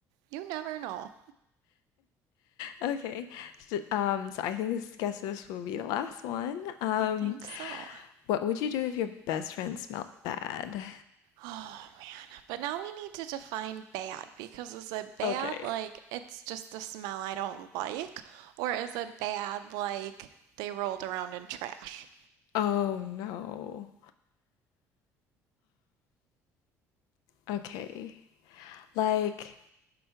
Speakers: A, on the right; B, on the left.
A: you never know
B: Okay. So, um, so I think this guess this will be the last one. Um,
A: i think so
B: what would you do if your best friend smelled bad?
A: oh man but now we need to define bad because is it bad
B: Okay.
A: like it's just a smell i don't like or is it bad like they rolled around in trash
B: Oh no. Okay. Like